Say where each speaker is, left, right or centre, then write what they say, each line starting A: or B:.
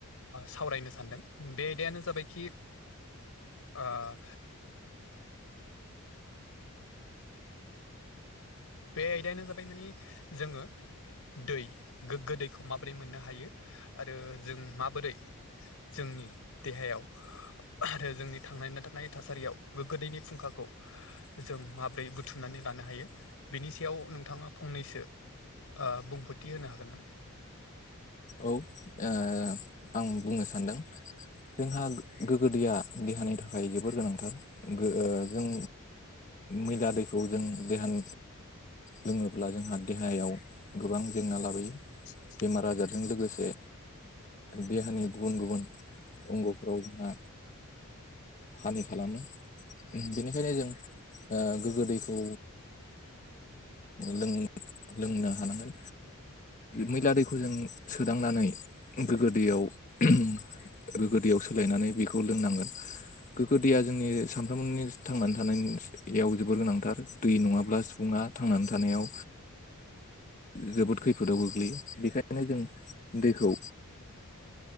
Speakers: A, on the left; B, on the left.
A: सावरायनो सानदों बे आयदायानो जाबायखि अ बे आयदायानो जाबाय मानिे जोङो दै गोग्गो दैखौ माबोरै मोननो हायो आरो जों माबोरै जोंनि देहायाव आरो जोंनि थांनाय न थानाय थासारियाव गो गोदैनि फुंखाखौ जों माब्रै बुथुमनानै लानो हायो बिनि सायाव नोंथाङा फंनैसो बुंफोरथि होनो हागोन नामा
B: औ आं बुंनो सानदों जोंहा गोगो दैैया देहानि थाखाय जोबोर गोनांथार जों मैला दैखौ जों देहान लोङोब्ला जोंहा देहायाव गोबां जेंना लाबोयो
A: <inaudible>
B: बेमार आजारजों लोगोसे देहानि गुबुन गुबुन अंग'फोराव जोंहा हानि खालामो बेनिखायनो जों गोगो दैखौ ल लोंनो हानांगोन मैला दैखौ जों सोदांनानै गो्गो दैयाव गो गोगोदैयाव सोलायनानै बेखौ लोंनांगोन गोग्गो दैया जोंनि सानफ्रोमबोनि थांनानै थानायनिाव जोबोर गोनांथार दै नङाब्ला सुबुङा थांनानै थानायाव जोबोद खैफोदाव गोग्लैयो बेखायनो जों दैखौ